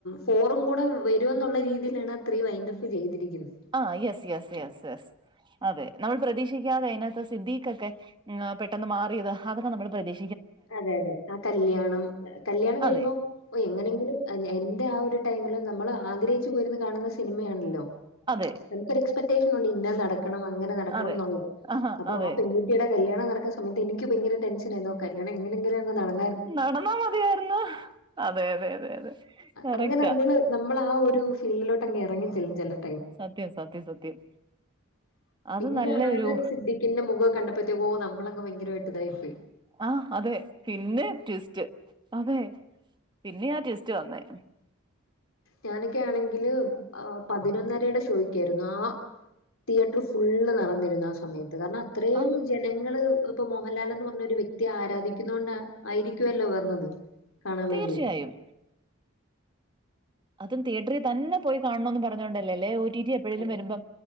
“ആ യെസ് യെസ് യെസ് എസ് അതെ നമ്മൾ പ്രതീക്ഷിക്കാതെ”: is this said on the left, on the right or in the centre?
Right